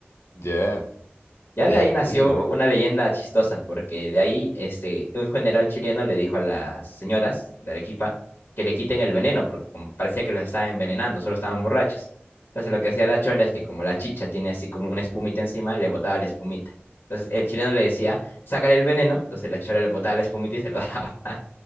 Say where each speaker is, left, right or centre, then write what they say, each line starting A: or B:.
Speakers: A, on the left; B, on the left.
A: Ya,
B: Ya
A: ya.
B: de ahí nació
A: Oye,
B: una leyenda chistosa, porque de ahí este, un general chileno le dijo a las señoras de Arequipa que le quiten el veneno, porque como parecía que los estaban envenenando, solo estaban borrachos. Entonces lo que hacía la chola es que como la chicha tiene así como una espumita encima, le botaba la espumita. Entonces el chileno le decía, sácale el veneno, entonces la chola le botaba la espumita y se lo daba. <laughs>